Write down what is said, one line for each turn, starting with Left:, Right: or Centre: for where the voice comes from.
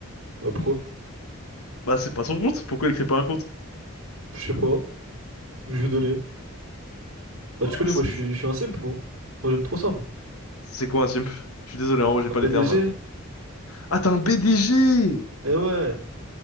Right: bah pourquoi?
Left: Bah, c'est pas son compte. Pourquoi elle crée pas un compte?
Right: Je sais pas, je vais donner
Left: Ouah,
Right: Bah tu connais,
Left: c'est
Right: moi je
Left: bizarre.
Right: suis, je suis un simp, moi. Moi j'aime trop ça, moi.
Left: C'est quoi un simp? Je suis désolé, hein, moi j'ai
Right: Un
Left: pas
Right: BDG?
Left: les termes. euh. Ah, t'es un BDG!
Right: Eh ouais,